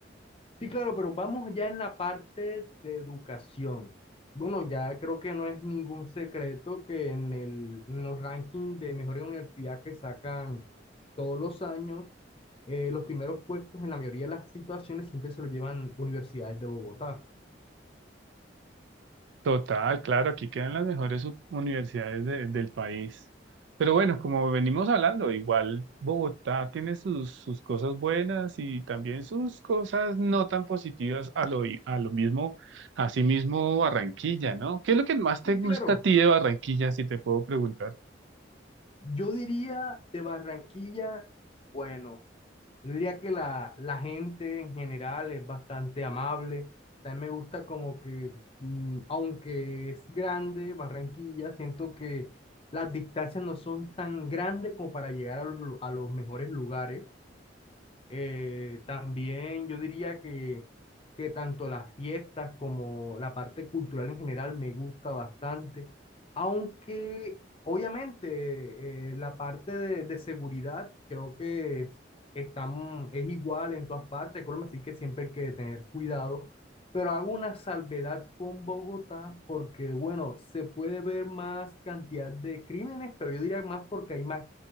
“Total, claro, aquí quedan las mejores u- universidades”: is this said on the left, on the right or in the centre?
Right